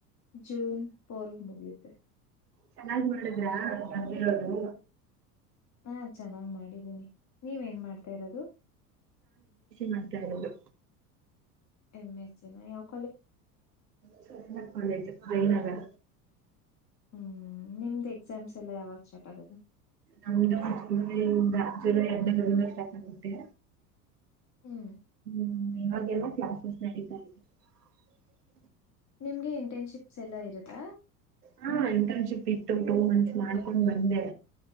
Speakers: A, on the left; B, on the right.
A: ಜೂನ್ ಫೋರ್ ಮುಗಿಯುತ್ತೆ
B: ಚೆನ್ನಾಗಿ ಮಾಡಿದ್ರ ಬಂದಿರೋದು
A: ಹಾ ಚೆನ್ನಾಗ್ ಮಾಡಿದ ನೀವ ಏನ ಮಾಡ್ತಾ ಇರೋದು
B: ಮಾಡ್ತ ಇರೋದು
A: ಎಂ ಎಚ್ ನಾ ಯಾವದ
B: ಸ್ವನಕಂದೇತ ಜೈನಗರ
A: ಹ್ಮ್ ನಿಮದ ಎಕ್ಸಾಮ್ಸ್ ಎಲ್ಲ ಯಾವಾಗ ಸ್ಟಾರ್ಟ್ ಆಗೋದು
B: ನಂದು ಗುರುವಾರ ಇಂದ ಜುಲೈ ಹದ್ನೈ ದ ಇಂದ ಸ್ಟಾರ್ಟ್ ಆಗುತ್ತೆ
A: ಹ್ಮ್
B: ಹ್ಮ್ ಇವಾಗೆಲ್ಲ ಕ್ಲಾಸಸ್ ನಡೀತಾ ಇದೆ ನಾ
A: ನಿಮಗೆ ಇಂಟರ್ನ್ಶಿಪಸ ಎಲ್ಲ ಇರುತ್ತಾ
B: ಹಾ ಇಂಟರ್ನ್ಶಿಪ್ ಇತ್ತು ಟು ಮಂಥಸ ಮಾಡ್ಕೊಂಡ್ ಬಂದೆ